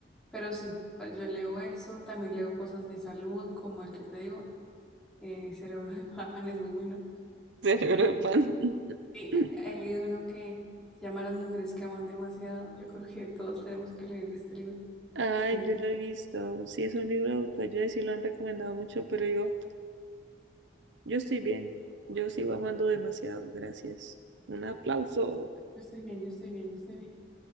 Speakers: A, in the centre; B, on the right.
A: Pero sí, pues, yo leo eso, también leo cosas de salud, como el que te digo, eh, Cerebro de <laughs> Pan es muy bueno.
B: <laughs> cerebro
A: Eh,
B: de pan. <laughs>
A: y he leído uno que se llama Las mujeres que aman demasiado. Yo creo que todos tenemos que leer este libro.
B: Ay,
A: Es muy- bueno.
B: yo lo he visto. Sí, es un libro de autoayuda y sí lo han recomendado mucho, pero digo, yo estoy bien. Yo sigo amando demasiado, gracias. Un aplauso.
A: Yo estoy bien, yo estoy bien, yo estoy